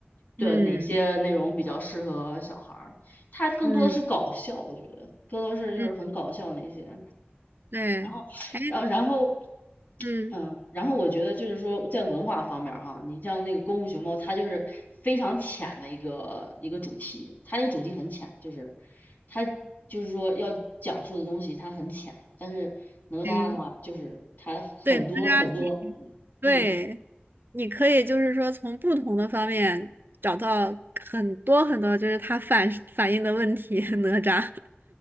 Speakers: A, on the left (about 50°); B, on the right (about 60°).
A: 对哪些内容比较适合小孩儿，
B: 嗯
A: 他更多是搞笑，
B: 嗯
A: 我觉得更多是就是很搞笑那些，
B: 嗯，对，
A: 然后，
B: 哎，
A: 然后，然后，
B: 嗯
A: 嗯，然后我觉得就是说，在文化方面儿哈，你像那个《功夫熊猫》，它就是非常浅的一个一个主题，它这个主题很浅，就是它就是说要讲述的东西它很浅，但是哪吒的话就是它很多很多，
B: 嗯，对，哪吒，对，
A: 嗯。
B: 你可以就是说从不同的方面找到很多很多，就是它反反映的问题，<laughs> 哪吒，